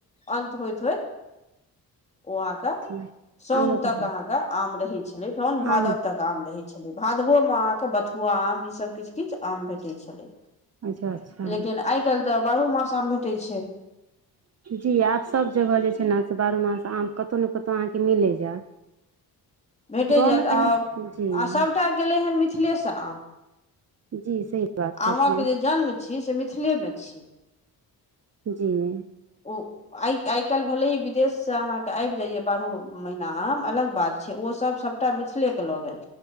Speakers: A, on the left; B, on the right.
A: अन्त होइत होइत ओ अहाँके
B: जी
A: साोन
B: आमोके
A: तक अहाँके आम रहै छलै साोन भादव
B: आम
A: तक आम रहै छलै भादो कदबो में अहाँ के बथुआ आम ई सब किछ किछ आम भेटै छले
B: अच्छा अच्छा
A: लेकिन आइ काल्हि तऽ बारहो मास आम भेटै छै
B: जी आब सभ जगह जे छै ने से बारहमास आम कतहु ने कतहु अहाँकेँ मिले जायत
A: भेटै
B: गाँवमे
A: जायत
B: कनि
A: आ
B: जी
A: आ सभटा गेलै हन मिथिलेसँ आम
B: जी सही बात कहलियै
A: आमाँक जे जन्म छी से मिथिलेमे छी
B: जी
A: ओ आइ आइ काल्हि भेलै ह विदेशसँ अहाँके आबि जाइए बारहो महीना आम अलग बात छै ओ सब सब सभटा मिथिलेके लऽ गेल